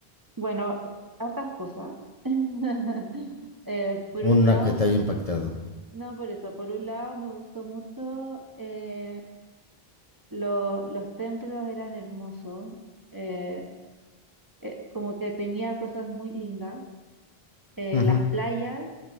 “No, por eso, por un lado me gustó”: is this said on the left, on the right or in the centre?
Right